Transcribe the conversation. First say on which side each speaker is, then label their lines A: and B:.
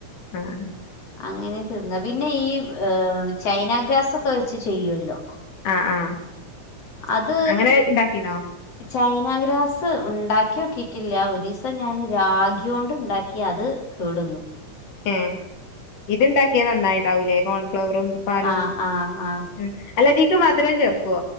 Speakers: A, on the left; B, on the left.
A: ആഹ്
B: അങ്ങനെ തിന്നാ പിന്നെ ഈ ചൈനാഗ്രാസൊക്കെ വെച്ച് ചെയ്യൊല്ലോ
A: ആഹ് ആഹ്
B: അത്
A: അങ്ങനെ ഇണ്ടാക്കീനോ
B: ചൈനാഗ്രാസ് ഉണ്ടാക്കിയോക്കീട്ടില്ല ഒരീസം ഞാന് രാഖിയൊണ്ട് ഇണ്ടാക്കി അത് കേടൊന്നു
A: ഏ ഇത് ഇണ്ടാക്കിയാ നന്നായിണ്ടാവൂലേ കോൺഫ്ലവറും പാ
B: ആഹ് ആഹ് ആഹ്
A: ഉം അല്ലതീക്ക് മധുരം ചേർക്കൊ